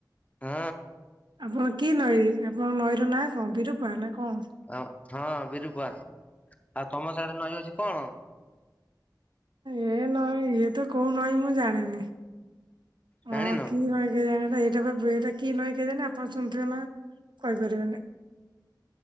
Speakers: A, on the left (about 20°); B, on the right (about 85°).
A: ହଁ।
B: ଆପଣ କି ନଈ ଆପଣଙ୍କ ନଈର ନାଁ କଣ ବିରୂପା ନା କଣ?
A: ଆ ହଁ ବିରୁପୁଆ <inaudible> ଆଉ ତମ ସହିଡରେ ନଈ ଅଛି କଣ।
B: ଏ ନହ ଇଏ ତ କୋଉ ନଈଁ ମୁଁ ଜାଣିନି। ହଁ
A: ଜାଣିନ?
B: କି ମ କେ ଜଣି ଏଟା? ଏ ବା ଏଟା କି ନଁ କେେ ଆପଣ ଶୁଥିବେ ନା କହିପାରିବେନି।